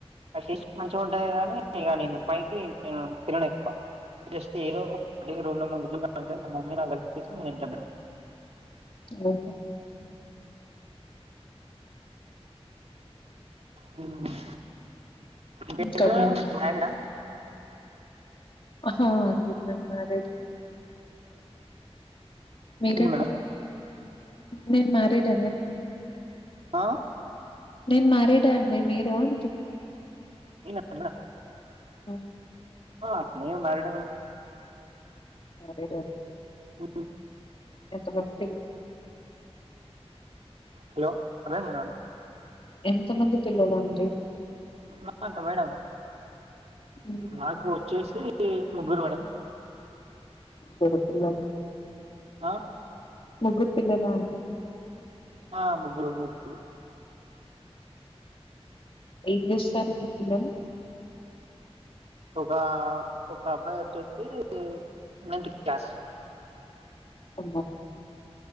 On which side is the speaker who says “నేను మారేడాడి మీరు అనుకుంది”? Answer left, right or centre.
Left